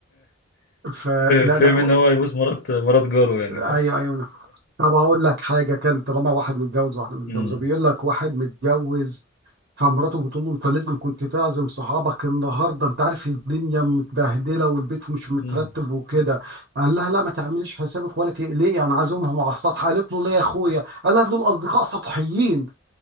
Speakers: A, on the right; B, on the left.
A: فلا
B: فاهم
A: لا
B: ان هو يبوس مرات مرات جاره يعني
A: ايوه
B: ف...
A: ايوه طب هقول لك حاجه كان طالما واحد متجوز واحده متجوزه
B: مم.
A: بيقول لك واحد متجوز فمراته بتقول له انت لازم كنت تعزم صحابك النهارده انت عارف الدنيا متبهدله والبيت مش مترتب
B: مم.
A: وكده قال لها لا ما تعمليش حسابك ولا تقلقي انا عازمهم على السطح قالت له ليه يا اخويا قال لها دول اصدقاء سطحيين